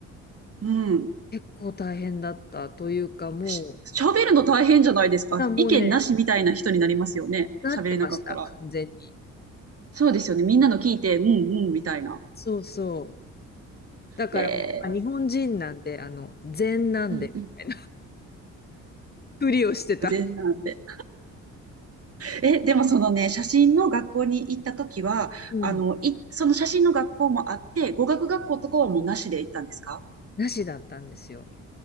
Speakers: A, on the right; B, on the left.
A: うん。
B: 結構大変だったというか、も
A: し喋るの大変じゃないですか。
B: う、あ、もうね、
A: 意見なしみたいな人になりますよね。
B: なってました、
A: 喋れなかったら。
B: 完全に。
A: そうですよね。みんなの聞いて、うんうんみたいな。
B: そうそう。だからもう、
A: え
B: あ、日本人なんで、あの、禅なんで、
A: ー、うんうん。
B: みたいなふりをしてた。
A: 全なんで。え、でもそのね、写真の学校に行った時は、
B: うん。
A: あの、い、その写真の学校もあって、語学学校とかはもうなしで行ったんですか
B: なしだったんですよ。